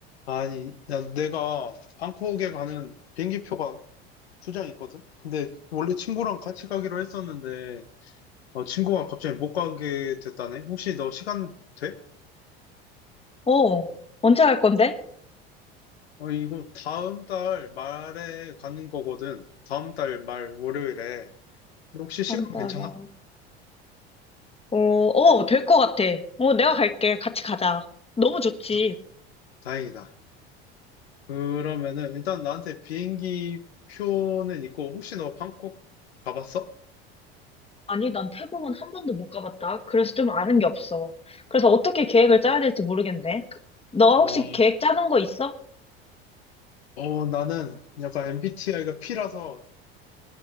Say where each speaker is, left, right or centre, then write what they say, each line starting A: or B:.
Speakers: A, on the left; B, on the left.
A: 아니, 야, 내가 방콕에 가는 비행기표가 두 장 있거든? 근데 원래 친구랑 같이 가기로 했었는데, 어, 친구가 갑자기 못 가게 됐다네? 혹시 너 시간 돼?
B: 어, 언제 갈 건데?
A: 어, 이거 다음 달 말에 가는 거거든. 다음 달 말 월요일에. 근데 혹시 시간
B: 다음 달
A: 괜찮아?
B: 말. 어, 어, 될 것 같아. 어, 내가 갈게. 같이 가자. 너무 좋지.
A: 아, 다행이다. 그러면은 일단 나한테 비행기 표는 있고, 혹시 너 방콕 가봤어?
B: 아니, 난 태국은 한 번도 못 가봤다. 그래서 좀 아는 게 없어. 그래서 어떻게 계획을 짜야 될지 모르겠네. 너
A: 어,
B: 혹시 계획 짜는 거 있어?
A: 어, 나는 약간 MBTI가 P라서